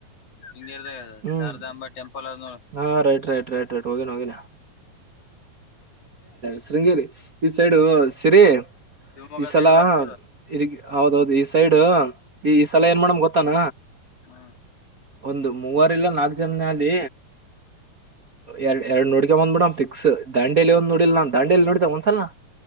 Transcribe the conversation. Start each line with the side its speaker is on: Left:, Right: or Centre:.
Left: ಶೃಂಗೇರಿದಾಗ
Right: ಹ್ಮ್
Left: ಶಾರದಾಂಬ ಟೆಂಪಲ್ ಅದ ನೋಡು
Right: ನತ ರೈಟ್ ರೈಟ್ ರೈಟ್ ಹೋಗೇನೆ ಹೋಗೇನಾ ಶೃಂಗೇರಿ ಈ ಸೈಡು ಸಿರಿ
Left: ಶಿವಮೊಗ್ಗ
Right: ಈ ಸಲ
Left: ಸೈಡ್ ಬರ್ತ
Right: ಇಗ್ ಹೌದೌದು ಈ ಸೈಡ್.... ಈ ಈ ಸಲ ಏನ್ ಮಾಡಮ ಗೊತ್ತಾನ...
Left: ಹಾ
Right: ಒಂದ್ ಮೂವರ ಇಲ್ಲ ನಾಲ್ಕ್ ಜನನೇ ಆಗ್ಲಿ ಎರಡ್ ಎರಡ್ ನೋಡಿದೆ ಬಿಡಂ ಫಿಕ್ಸ್. ದಾಂಡೇಲಿ ಒಂದ್ ನೋಡಿಲ್ ನ ದಾಂಡೇಲ ನೋಡದೆ ಒಂದ್ಸಲಾ ನಾ...